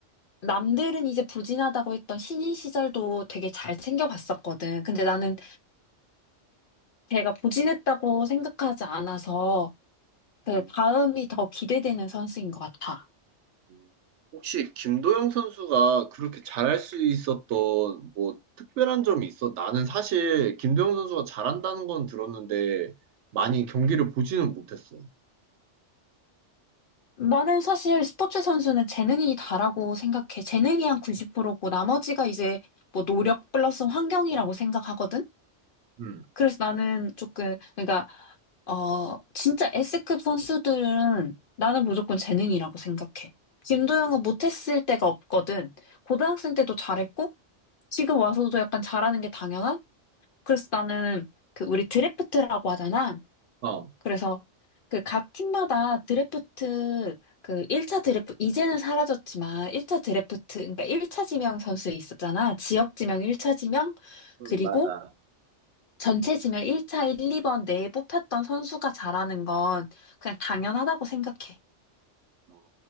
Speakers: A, on the left; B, on the right.
A: 남들은 이제 부진하다고 했던 신인 시절도 되게 잘 챙겨봤었거든. 근데 나는 걔가 부진했다고 생각하지 않아서 그
B: 음,
A: 다음이 더 기대되는 선수인 것 같아.
B: 음. 혹시 김도영 선수가 그렇게 잘할 수 있었던 뭐 특별한 점이 있어? 나는 사실 김도영 선수가 잘한다는 건 들었는데 많이 경기를 보지는 못했어.
A: 나는 사실 스포츠 선수는 재능이 다라고 생각해. 재능이 한 90%고 나머지가 이제 뭐 노력 플러스 환경이라고 생각하거든?
B: 음,
A: 그래서 나는 조금, 그러니까, 어, 진짜 S급 선수들은 나는 무조건 재능이라고 생각해. 김도영은 못했을 때가 없거든. 고등학생 때도 잘했고, 지금 와서도 약간 잘하는 게 당연한? 그래서 나는 그 우리 드래프트라고 하잖아.
B: 어,
A: 그래서 그 각 팀마다 드래프트 그 1차 드래프트 이제는 사라졌지만 1차 드래프트 그러니까 1차 지명 선수 있었잖아. 지역 지명 1차 지명
B: 음,
A: 그리고
B: 맞아.
A: 전체 지명 1차 1, 2번 내에 뽑혔던 선수가 잘하는 건 그냥 당연하다고 생각해.
B: 어,